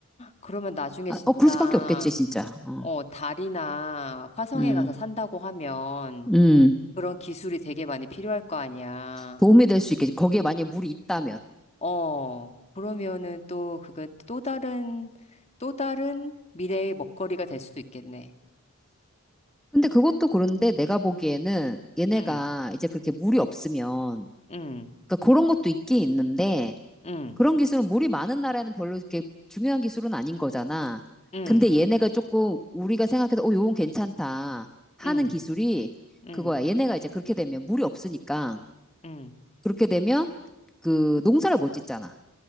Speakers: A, on the left; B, in the centre.
A: 그러면 나중에
B: 아,
A: 진짜,
B: 어 그럴 수밖에 없겠지 진짜 어,
A: 어, 달이나 화성에
B: 음
A: 가서 산다고 하면,
B: 음.
A: 그런 기술이 되게 많이 필요할 거 아니야.
B: 도움이 될 수 있겠지 거기에 만약에 물이 있다면
A: 어, 그러면은 또 그거 또 다른, 또 다른 미래의 먹거리가 될 수도 있겠네.
B: 근데 그것도 그런데 내가 보기에는 얘네가
A: 응,
B: 이제 그렇게 물이 없으면,
A: 응,
B: 그러니까 그런 것도 있긴 있는데,
A: 응,
B: 그런 기술은 물이 많은 나라에는 별로 이렇게 중요한 기술은 아닌 거잖아.
A: 응,
B: 근데 얘네가 조금 우리가 생각해서, 어, 요건 괜찮다 하는
A: 응,
B: 기술이
A: 응,
B: 그거야. 얘네가 이제 그렇게 되면 물이 없으니까,
A: 응.
B: 그렇게 되면 그 농사를 못 짓잖아.